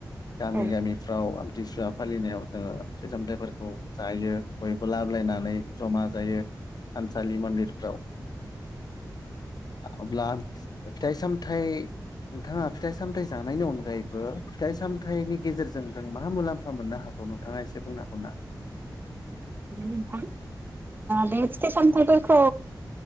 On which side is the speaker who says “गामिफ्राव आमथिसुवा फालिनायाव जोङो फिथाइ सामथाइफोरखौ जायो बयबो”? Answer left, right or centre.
Left